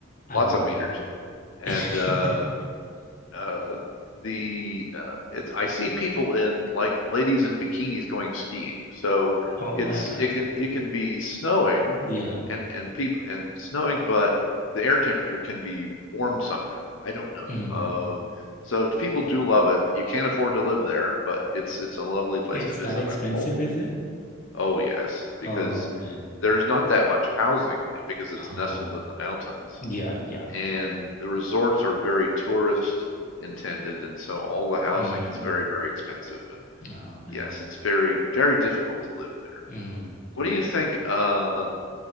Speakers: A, on the left; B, on the left.
A: I
B: lots
A: remember.
B: of meters and
A: <laughs>
B: uh uh the uh it's I see people in like ladies in bikinis going skiing so
A: Oh
B: it's
A: my God.
B: it can it can be snowing
A: Yeah.
B: and and people and snowing but the air temperature can be warm somehow I don't know
A: Mm.
B: uh so people do love it you can't afford to live there but it's it's a lovely place
A: It's
B: to visit
A: that expensive,
B: I'm told
A: is it?
B: oh yes because
A: Oh man.
B: there's not that much housing because it's
A: Oh
B: nestled in the mountains
A: yeah, yeah.
B: and the resorts are very tourist intended and so all the housing
A: Mm.
B: is very very expensive and
A: Oh man.
B: yes it's very very difficult to live there
A: Mm.
B: what do you think uh